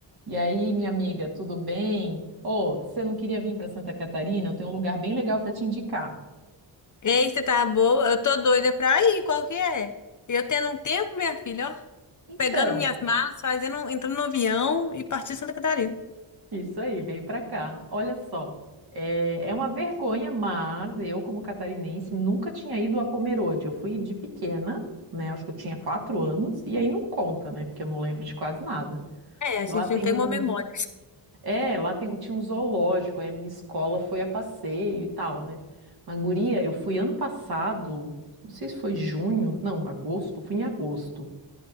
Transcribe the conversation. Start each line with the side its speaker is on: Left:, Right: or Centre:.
Right: E aí, minha amiga, tudo bem? Ô, você não queria vir para Santa Catarina? Eu tenho um lugar bem legal para te indicar.
Left: Ei, você tá boa? Eu tô doida pra ir, qual que é? Eu tendo um tempo, minha filha, ó,
Right: Então,
Left: pegando minhas malas, fazendo, entrando no avião e partindo Santa Catarina.
Right: Isso aí, vem para cá. Olha só, é, é uma vergonha, mas eu, como catarinense, nunca tinha ido a Pomerode. Eu fui de pequena, né? Acho que eu tinha quatro anos, e aí não conta, né? Porque eu não lembro de quase nada.
Left: É,
Right: Porque
Left: a gente
Right: lá tem
Left: não tem
Right: um,
Left: uma memória.
Right: É, lá tem, tinha um zoológico, aí a minha escola foi a passeio e tal, né? Mas, guria, eu fui ano passado, não sei se foi junho, não, agosto, fui em agosto.